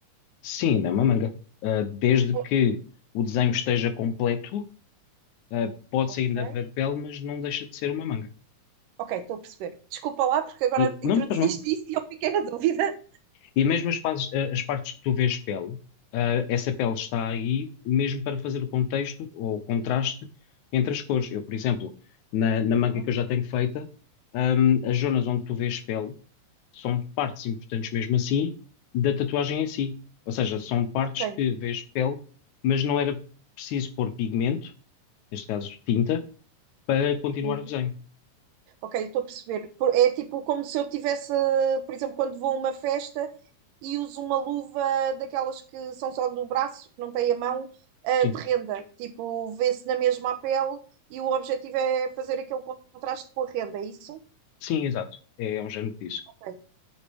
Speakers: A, on the left; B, on the right.
A: Sim, ainda é uma manga. Ah, desde
B: O-
A: que o desenho esteja completo, ah, pode-se
B: Ok.
A: ainda ver pele, mas não deixa de ser uma manga.
B: Ok, estou a perceber. Desculpa lá, porque agora
A: E não
B: introduziste
A: lhe faz mal.
B: isso e eu fiquei na dúvida.
A: E mesmo as, fases- ah, as partes que tu vês pele, ah, essa pele está aí mesmo para fazer o contexto ou o contraste entre as cores. Eu, por exemplo, na, na manga
B: Ah,
A: que eu já tenho feita, ahm, as zonas onde tu vês pele, são partes importantes mesmo assim da tatuagem em si. Ou seja, são partes
B: Ok.
A: que vês pele, mas não era preciso pôr pigmento, neste caso tinta, para continuar
B: Uhum.
A: o desenho.
B: Ok, estou a perceber. Por- É tipo como se eu tivesse, por exemplo, quando vou a uma festa e uso uma luva daquelas que são só no braço, que não tem a mão, eh,
A: Sim,
B: de renda. Tipo, vê-se na mesma a pele e o objetivo é fazer aquele contraste com a renda, é isso?
A: sim, exato. É, um género disso.
B: Ok.